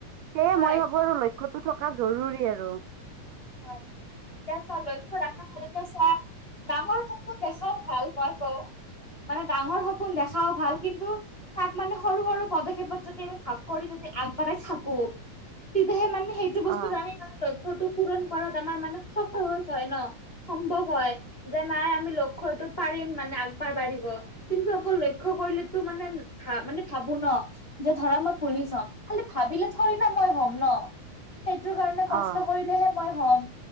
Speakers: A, on the right (about 85°); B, on the left (about 40°).
A: সেয়ে
B: হয়,
A: মই ভাবো আৰু লক্ষ্যটো থকা জৰুৰী আৰু।
B: হয় এতিয়া চোৱা লক্ষ্য ৰাখা <unintelligible> চোৱা ডাঙৰ সপোন দেখাও ভাল মই কওঁ মানে ডাঙৰ সপোন দেখাও ভাল কিন্তু তাক মানে সৰু-সৰু পদক্ষেপত যদি আমি ভাগ কৰি যদি আগবাঢ়াই থাকো, তেতিয়াহে মানে সেইটো বস্তুত
A: অ
B: আমি মানে লক্ষ্যটো পূৰণ কৰাত আমাৰ মানে <unintelligible> হয় ন। সম্ভৱ হয় যে নাই আমি লক্ষ্যটোত পাৰিম মানে আগবা বাঢ়িব। কিন্তু অকল লক্ষ্য কৰিলেতো মানে ভ মানে ভাবো ন। যে ধৰা মই পুলিচ হম, খালি ভাবিলে ধৰি না মই হ'ম ন। সেইটোৰ কাৰণে কষ্ট
A: অ
B: কৰিলেহে মই হ'ম,